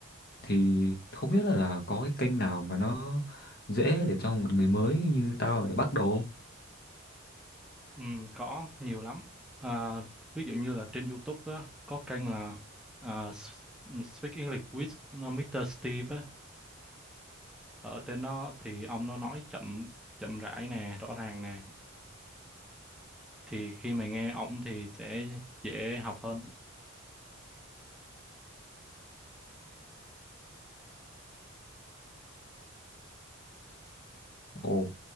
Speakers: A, on the left; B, in the centre.
A: thì không biết là, là có cái kênh nào mà nó dễ để cho một người mới như tao để bắt đầu không?
B: Ừm, có nhiều lắm à, ví dụ như là trên YouTube á, có kênh là à, S- Speak English with Mr. Steve á ở trên đó thì ông nó nói chậm chậm rãi nè rõ ràng nè thì khi mà nghe ổng thì sẽ dễ học hơn
A: Ồ,